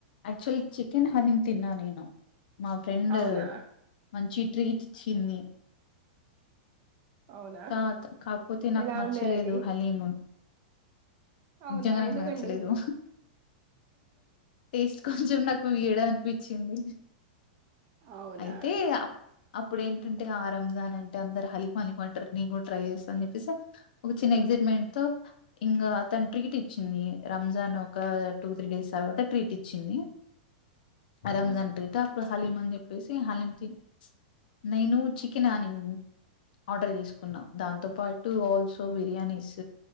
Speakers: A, on the left; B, on the right.
A: ఆక్చులీ చికెన్ హలీమ్ తిన్నా నేను మా ఫ్రెండ్
B: అవునా
A: మంచి ట్రీట్ చిన్ని
B: అవునా
A: తాత్ కాకపోతే నాకు
B: ఎలా
A: నచ్చలేదు
B: ఉండేనండి
A: హలీము
B: అవునా
A: నిజంగా నాకు
B: ఎందుకండి
A: నచ్చలేదు టేస్ట్ కొంచెం నాక్ కు ఈడ అన్పిచ్చింది
B: అవునా
A: అయితే అప్పుడు ఏంటంటే ఆ రంజాన్ అంటే అందరు హలిం అని వంటరు నేను కూడా ట్రై చేస్తా అని చెప్పేసి ఒక చిన్న ఎగ్జైట్మెంట్ తో ఇంగా తను ట్రీట్ ఇచ్చింది రంజాన్ ఒక టూ త్రీ డేస్ తర్వాత ట్రీట్ ఇచ్చింది ఆ
B: అవునా
A: రంజాన్ ట్రీటు అప్పుడ హలీం అని చెప్పేసి హలీం తి నేను చికెనాని ఆర్డర్ చేసుకున్నా దాంతో పాటు ఆల్సో బిర్యానీస్